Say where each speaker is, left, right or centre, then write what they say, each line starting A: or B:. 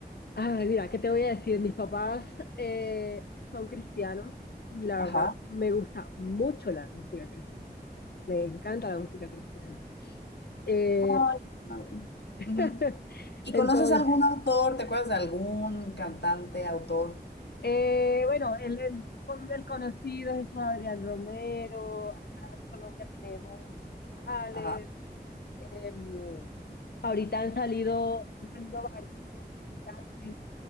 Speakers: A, on the left; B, on the left.
A: Ay, mira, ¿qué te voy a decir? Mis papás eh, son cristianos y la
B: Ajá.
A: verdad me gusta mucho la música cristiana. Me encanta la música cristiana. Eh,
B: Ay, madre.
A: <laughs>
B: Ujú. ¿Y
A: entonces,
B: conoces algún autor? ¿Te acuerdas de algún cantante, autor?
A: eh, bueno, el, el, con- el conocido es Adrián Romero. Acá en Colombia tenemos a Alex.
B: Ajá,
A: em, ahorita han salido, han salido varios, varios cantantes.